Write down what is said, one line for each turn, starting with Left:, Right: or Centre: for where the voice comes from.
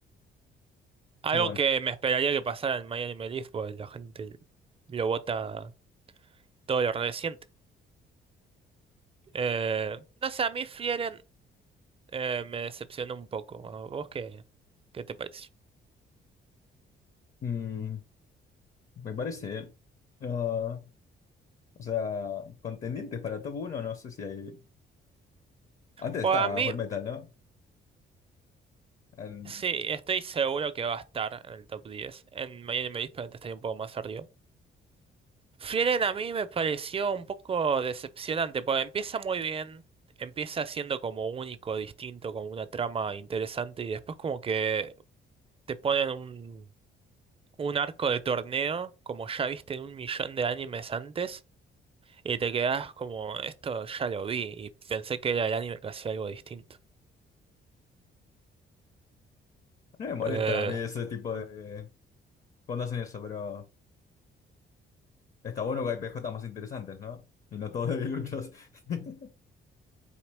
Right: Algo
Left: Y bueno,
Right: que me esperaría que pasara en Miami Melif, pues la gente lo vota todo lo reciente. Eh, no sé, a mí Frieren eh, me decepcionó un poco. ¿A ¿Vos qué, qué te pareció?
Left: mm, me parece. eh, no, o sea, contendientes para top uno no sé si hay. Antes
Right: Pues
Left: estaba
Right: a mí
Left: Fullmetal, ¿no? En-
Right: Sí, estoy seguro que va a estar en el top diez En Miami me probablemente estaría un poco más arriba. Frieren a mí me pareció un poco decepcionante, porque empieza muy bien, empieza siendo como único, distinto, como una trama interesante, y después como que te ponen un, un arco de torneo, como ya viste en un millón de animes antes, y te quedas como, esto ya lo vi, y pensé que era el anime que hacía algo distinto.
Left: no me molestan
Right: Eh,
Left: a mí ese tipo de. Cuando hacen eso, pero. Está bueno que hay PJ más interesantes, ¿no? Y no todos debiluchos. <laughs>